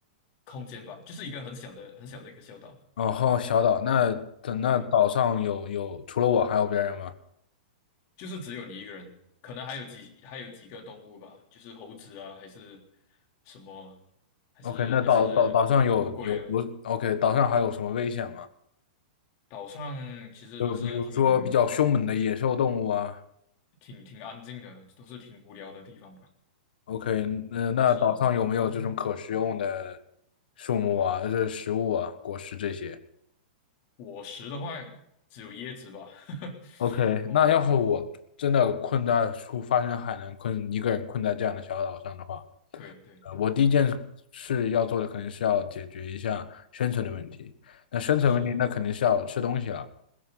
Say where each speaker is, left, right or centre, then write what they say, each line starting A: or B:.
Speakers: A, on the left; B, on the left.
A: 空间吧，就是一个很小的很小的一个小岛，
B: 然后小岛，那等那岛上有有除了我还有别人吗
A: 对。就是只有你一个人，可能还有几还有几个动物吧，就是猴子啊，还是什么，还是还是乌龟啊。
B: ？OK，那岛岛岛上有有有 OK，岛上还有什么危险吗？
A: 岛上其实都是挺
B: 就比如说比较凶猛的野兽动物啊。
A: 挺挺安静的，都是挺无聊的地方吧。
B: OK，那那岛上有没有这种可食用的
A: 是
B: 树木啊，这食物啊，果实这些？
A: 果实的话，只有椰子吧。<laughs>
B: OK，
A: 哦，
B: 那要是我真的困在出发生海难困，
A: 呃
B: 一个人困在这样的小岛上的话，
A: 对对，
B: 呃，我第一件事要做的肯定是要解决一下生存的问题。那生存问题，
A: 是
B: 那肯定是要吃东西了。